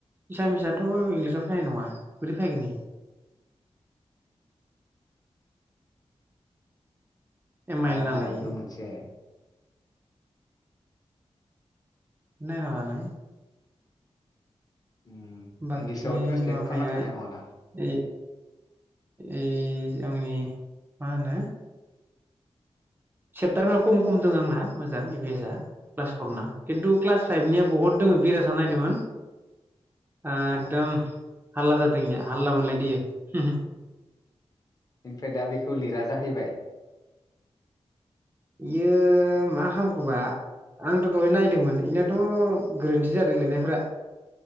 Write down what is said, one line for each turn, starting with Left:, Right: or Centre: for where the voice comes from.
Right: एसामिसाथ' इंलिसाव फैनाय नङा बोरै फैगोन बेयो आइल
Left: अ
Right: नालाय
Left: बेबो
Right: इयो
Left: मोनसे
Right: नायना ला नों
Left: उम
Right: बाखि
Left: इंलिसाव ट्रेन्सलेट
Right: माबाया
Left: खालामना थानाय नङादां
Right: ए ए आंनि मा होनो सेेप्टारफ्रा खम खम दं आंना मोजां इभिएस‌आ क्लास फरना खिन्थु क्लास फाइभनिया बहुत दङ बिराज नायदोंमोन आ
Left: अ
Right: एकदम हाल्ला जादोंनिया हाल्ला मोनलायदों बियो
Left: बेनिफ्राय दा बेखौ लिरा जाहैबाय
Right: बियो मा खालामखोबा आंथ' दहाय नायदोंमोन बेनाथ' गोरोन्थि जादों लिरनायफ्रा